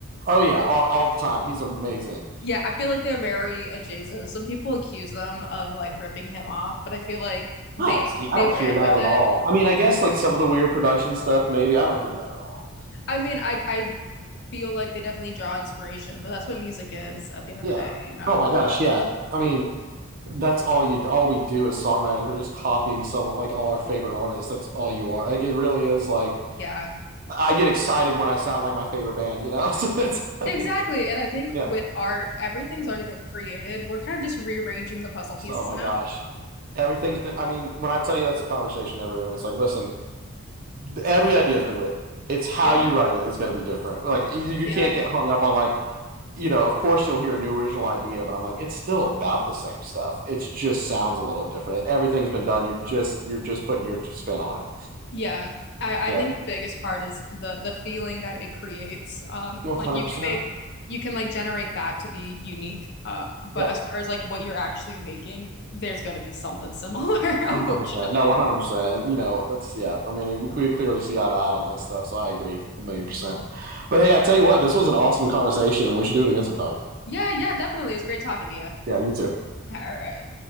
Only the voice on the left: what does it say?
Yeah, I feel like they're very adjacent. Some people accuse them of like ripping him off, but I feel like they
they
ran
with
it.
I mean, I I feel like they definitely draw inspiration, but that's what music is at the end of
the day, you know?
Yeah.
Exactly. And I think
with art, everything's already been created. We're kind of just rearranging the puzzle
pieces
now.
Yep.
Yeah.
Yeah. I,
I think the biggest part is the the feeling that it creates. Um,
like you can make you can like generate that to be unique. Um, but
as far as like what you're actually making, there's gonna be something similar, <laughs> unfortunately.
Yeah, yeah, definitely. It was great talking to you.
All right.